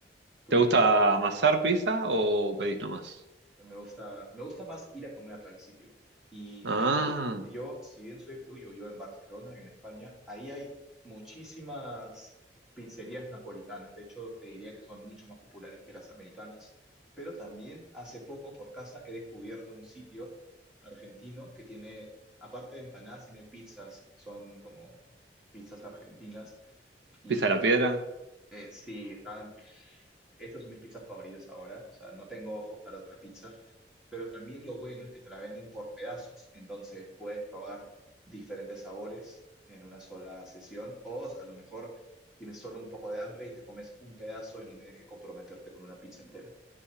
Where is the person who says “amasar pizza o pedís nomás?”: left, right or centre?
Right